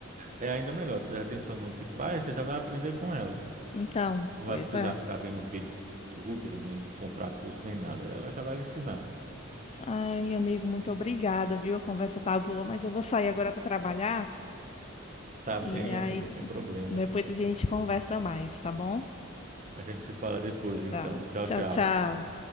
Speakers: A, on the right; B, on the left.
A: é é ainda melhor. Você já tem sua mãe que faz, você já vai aprender com ela.
B: Então,
A: Não
B: pois
A: vai precisar
B: é.
A: ficar vendo vídeo no YouTube, nem comprar curso, nem nada. Ela já vai lhe ensinar.
B: Ai, amigo, muito obrigada, viu? A conversa tá boa, mas eu vou sair agora para trabalhar
A: Tá bem,
B: e aí
A: amiga, sem problema.
B: depois a gente conversa mais, tá bom?
A: A gente se fala depois, então.
B: Tá.
A: Tchau,
B: Tchau,
A: tchau.
B: tchau.